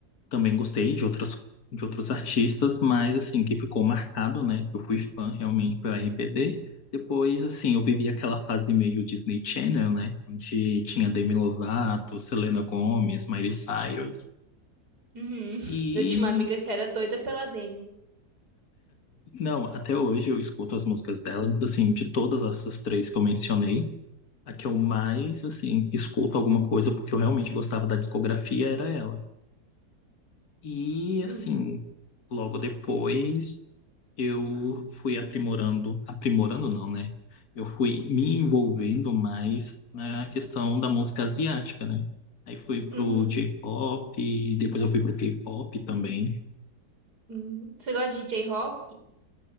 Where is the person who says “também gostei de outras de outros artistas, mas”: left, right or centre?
Left